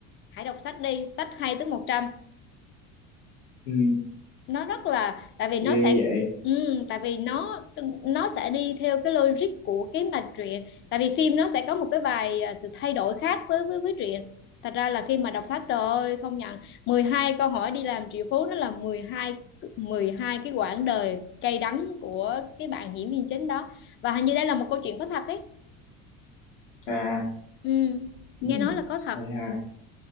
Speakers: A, on the left; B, on the left.
A: Hải đọc sách đi sách hay tới 100
B: ừ.
A: nó rất là tại vì nó
B: ghê
A: sẽ
B: vậy
A: ừ, tại vì nó nó sẽ đi theo cái logic của cái mạch truyện tại vì phim nó sẽ có một cái vài à, sự thay đổi khác với với với truyện thật ra là khi mà đọc sách trời ơi không nhận 12 câu hỏi đi làm triệu phú nó là 12 12 cái quãng đời cay đắng của cái bạn diễn viên chính đó và hình như đây là một câu chuyện có thật ấy
B: à
A: ừ, nghe
B: ừ.
A: nói là có thật
B: hay ha